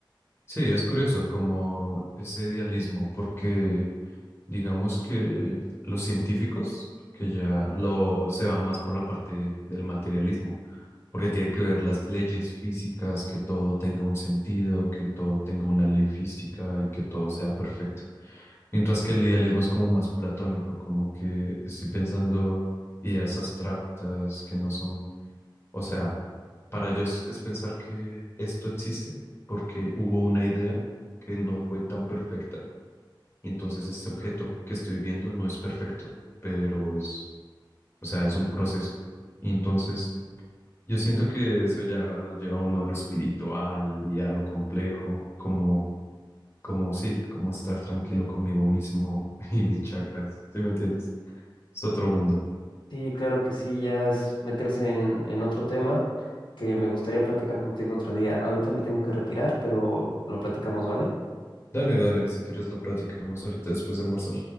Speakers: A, on the left; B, on the left.
A: Sí, es curioso como ese idealismo, porque digamos que los científicos que ya lo se van más por la parte del materialismo, porque tiene que ver las leyes físicas, que todo tenga un sentido, que todo tenga una ley física y que todo sea perfecto. Mientras que el idealismo es como más platónico, como que estoy pensando ideas abstractas que no son, o sea, para ellos es pensar que esto existe porque hubo una idea que no fue tan perfecta. Y entonces este objeto que estoy viendo no es perfecto, pero es, o sea, es un proceso. Y entonces yo siento que eso ya lo lleva a uno a lo espiritual y a lo complejo, como como sí, como estar tranquilo conmigo mismo <laughs> y mis chakras, ¿sí me entiendes? Es otro mundo.
B: Sí, claro que sí, ya es meterse en, en otro tema que me gustaría platicar contigo otro día. Ahorita me tengo que retirar, pero lo platicamos, ¿vale?
A: Dale, dale, si quieres lo platicamos ahorita después de almorzar.